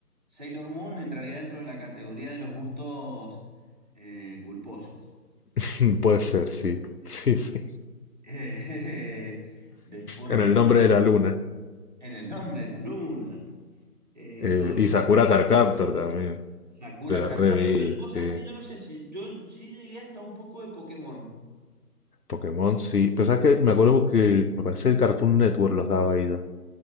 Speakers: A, on the right; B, on the left.
A: Sailor Moon entraría dentro de la categoría de los gustos eh, culposos.
B: <laughs> Puede ser, sí, sí, sí.
A: Eh, <laughs> después,
B: En el nombre de la luna.
A: en el nombre de la luna. Eh,
B: Eh,
A: no, eh,
B: y Sakura
A: a ver,
B: Card Captor también,
A: Sakura
B: de la
A: Carcap.
B: revista,
A: Pero vos sabés
B: sí.
A: que yo no sé si yo sí llegué hasta un poco de Pokémon.
B: Pokémon, sí. Pero sabes que me acuerdo que me parece que el Cartoon Network los daba ahí. en